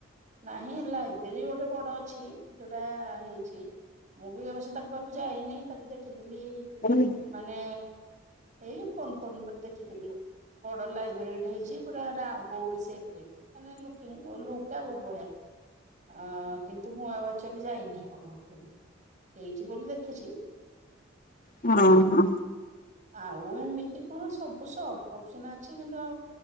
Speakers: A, on the right (about 40°); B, on the left (about 45°).
A: ନାହିଁ। ଲାଇବ୍ରେରୀ ଗୋଟେ ବଡ ଅଛି। ଯୋଉଟା ହେଇଛି। ମୁଁ ବି ଅବଶ୍ୟ ତାଙ୍କ ପାଖକୁ ଯାଇନି। ତାକୁ ଦେଖିଥିଲି
B: <inaudible>
A: ମାନେ ଏଇ ଫୋନ ଫୋନ୍ ଉପ ଦେଖ ଦେଖିଥିଲି। ବଡ ଲାଇବ୍ରେରୀ ଟେ ହେଇଛି ପୁରା ଗୋଲସେଫ୍ ରେ। ଲୁକ୍ ଟା ବହୁତ ବଢିଆ। କି କିନ୍ତୁ ମୁଁ ଆଉ ଅଚୁଆଲି ଯାଇନି ହେପଟକୁ। ହେଇଛି ବୋଲି ଦେଖିଛି।
B: ହଁ
A: ଯାଇନି।
B: ହଁ
A: ଆଉ ଏମ ଏ କଣ ସବୁ ସଫ୍ ଅଫ୍ ସିନା ଅଛି କିନ୍ତୁ ଆଉ